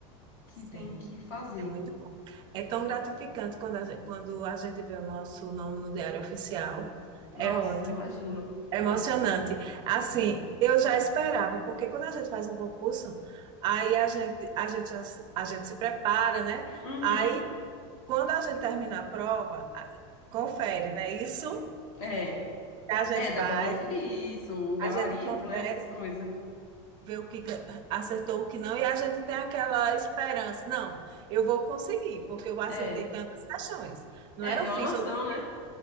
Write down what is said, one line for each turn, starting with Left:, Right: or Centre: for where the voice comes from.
Left: que
Right: sim,
Left: tem que fazer.
Right: é muito bom. É tão gratificante quando a gente, quando a gente vê o nosso nome no Diário Oficial. É
Left: Nossa,
Right: ótimo,
Left: imagino.
Right: é emocionante. Assim, eu já esperava, porque quando a gente faz um concurso, aí a gente, a gente, já se- a gente se prepara, né?
Left: Uhum.
Right: Aí, quando a gente termina a prova, a- confere, né? Isso
Left: É.
Right: que a gente
Left: É, dá
Right: faz.
Left: pra conferir isso, o gabarito,
Right: A gente confere,
Left: né? Essas coisas.
Right: vê o que ga- acertou, o que não, e a gente tem aquela esperança. Não, eu vou conseguir, porque eu acertei
Left: É.
Right: tantas questões. Não
Left: É,
Right: é?
Left: tem
Right: Eu fiz,
Left: uma noção,
Right: oit-
Left: né?